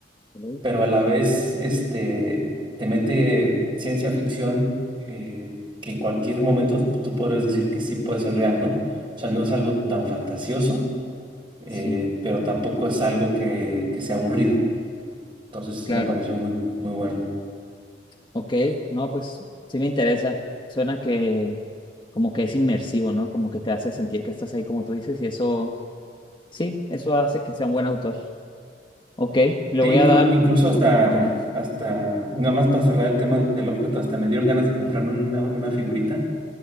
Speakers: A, on the left; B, on the right.
A: Ok,
B: Pero a la vez, este, te mete ciencia ficción eh, que en cualquier momento tú podrías decir que sí puede ser real, ¿no? O sea, no es algo tan
A: Claro,
B: fantasioso, eh,
A: Sí,
B: pero tampoco es algo que, que sea aburrido. Entonces,
A: claro.
B: me pareció muy, muy bueno.
A: ok, no, pues sí me interesa. Suena que como que es inmersivo, ¿no? Como que te hace sentir que estás ahí como tú dices y eso, sí, eso hace que sea un buen autor. Ok, le
B: Sí,
A: voy
B: inclu-
A: a dar
B: incluso
A: y
B: hasta,
A: le doy una oportunidad.
B: hasta, nada más para cerrar el tema del Lovecraft, hasta me dieron ganas de comprarme una, una figurita